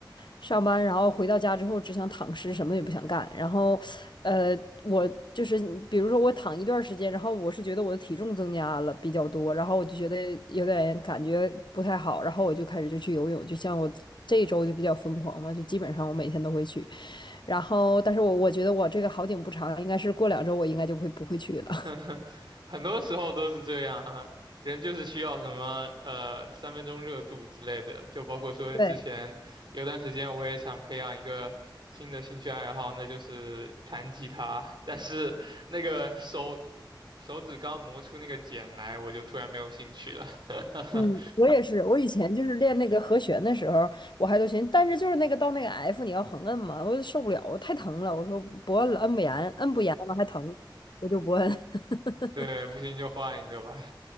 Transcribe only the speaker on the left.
上班，然后回到家之后只想躺尸，什么也不想干。然后，呃，我就是比如说我躺一段时间，然后我是觉得我的体重增加了比较多，然后我就觉得有点感觉不太好，然后我就开始就去游泳，就像我。这一周就比较疯狂嘛，就基本上我每天都会去，然后，但是我我觉得我这个好景不长，应该是过两周我应该就会不会去了。
<laughs> 对，
嗯，我也是。我以前就是练那个和弦的时候，我还都行，但是就是那个到那个 F，你要横摁嘛，我就受不了，我太疼了。我说不摁了，摁不严，摁不严嘛还疼，我就不摁。<laughs>